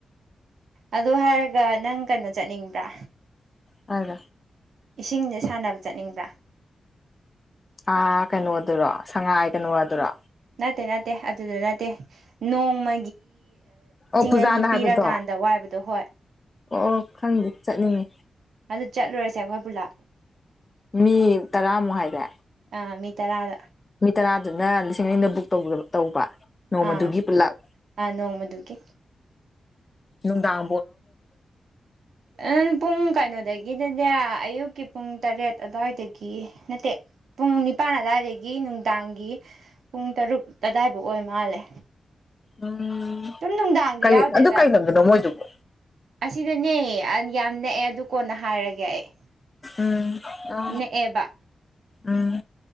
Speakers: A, on the right; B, on the left.
A: ꯑꯗꯨ ꯍꯥꯏꯔꯒ ꯅꯪ ꯀꯩꯅꯣ ꯆꯠꯅꯤꯡꯕ꯭ꯔꯥ
B: ꯑꯗ
A: ꯑꯦꯁꯤꯡ ꯁꯦ ꯁꯅꯥꯕꯥ ꯆꯤꯠꯅꯤꯡꯕ꯭ꯔꯥ꯫
B: ꯑ ꯀꯩꯅꯣ ꯑꯗꯨꯔꯣ ꯁꯉꯥꯏ ꯀꯩꯅꯣ ꯑꯗꯨꯔꯣ
A: ꯅꯠꯇꯦ ꯅꯠꯇꯦ ꯑꯗꯨꯗ ꯅꯠꯇꯦ ꯅꯣꯡꯃ
B: ꯑꯣ ꯄꯨꯖꯥꯅ
A: ꯑꯅꯤ ꯄꯤꯔꯀꯥꯟꯗꯗꯣ
B: ꯍꯥꯏꯕꯗꯣ ꯑꯣ ꯈꯪꯗꯦ ꯆꯠꯅꯤꯡꯉꯤ
A: ꯍ ꯆꯠꯂꯨꯔꯁꯦ ꯑꯩꯈꯣꯏ ꯄꯨꯂꯥ
B: ꯃꯤ ꯇꯔꯥꯃꯨ ꯍꯥꯏꯔꯦ
A: ꯑꯥ ꯃꯤ ꯇꯔꯥꯗ
B: ꯃꯤ ꯇꯔꯥꯗꯨꯅꯥ ꯂꯤꯁꯤꯡ ꯑꯅꯤꯗ ꯕꯨꯛ ꯇꯧꯕ ꯇꯧꯕ ꯅꯣꯡꯃꯗꯨꯒꯤ
A: ꯑꯥ
B: ꯄꯨꯂꯞ
A: ꯑ ꯅꯣꯡꯃꯗꯨꯒꯤꯦ
B: ꯅꯅꯨꯡꯗꯥ
A: ꯑ ꯄꯨꯡ ꯀꯥꯏꯅꯣꯗꯥꯏ ꯒꯤꯗꯅꯦ ꯑꯌꯨꯛꯀꯤ ꯄꯨꯡ ꯇꯔꯦꯠ ꯑꯗꯨꯋꯥꯏꯗꯒꯤ ꯅꯠꯇꯦ ꯄꯨꯡ ꯅꯤꯄꯥꯥꯟ ꯑꯗꯨꯋꯥꯏꯗꯒꯤ ꯅꯨꯡꯗꯥꯡꯒꯤ ꯄꯨꯡ ꯇꯔꯨꯛ ꯑꯗꯥꯋꯥꯏꯐꯥꯎ ꯑꯣꯏ ꯃꯥꯜꯂꯦ
B: ꯎꯝ ꯎꯝ
A: ꯁꯨꯝ ꯅꯨꯡꯗꯥꯡꯗꯤ
B: ꯀꯩ
A: ꯌꯥꯎꯗꯦꯗ
B: ꯑꯗꯨ ꯀꯩ ꯂꯝꯗꯅꯣ ꯃꯣꯏꯗꯨꯕꯨ
A: ꯑꯁꯤꯗꯅꯦ ꯌꯥꯝ ꯅꯛꯑꯦ ꯑꯗꯨ ꯀꯣꯟꯅ ꯍꯥꯏꯔꯒꯦ ꯑꯩ
B: ꯎꯝ ꯑ
A: ꯅꯛꯑꯦꯕ
B: ꯎꯝ